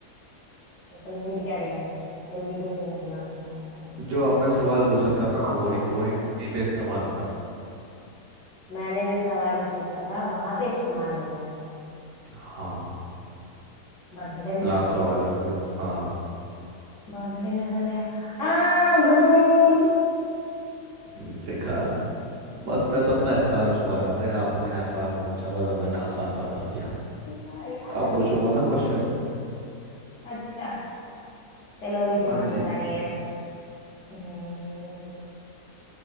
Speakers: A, on the left (about 55°); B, on the right (about 60°).
A: अच्छा, तुम हिंट क्या दे रहे थे जल्दी तो फिर मैं दिमाग लगाऊं अपना फिर से
B: जो आपने सवाल पूछा था ना वही वही पे इस्तेमाल होता है
A: मैंने जो सवाल पूछा था वहां पे इस्तेमाल होता है
B: हाँ
A: बर्थडे में
B: लास्ट सवाल और पूछ- हाँ
A: बर्थडे में ऐसा क्या हाँ बलून
B: हम्म, देखा बस मैं तो अपना एहसान चुका रहा था या आपने आसान पूछा था तो मैंने आसान बता दिया
A: क्या याद
B: अब
A: आ
B: पूछूंगा
A: गया
B: ना क्वेश्चन
A: अच्छा चलो अभी तुम्हारी
B: हाँ जी
A: बारी है हम्म,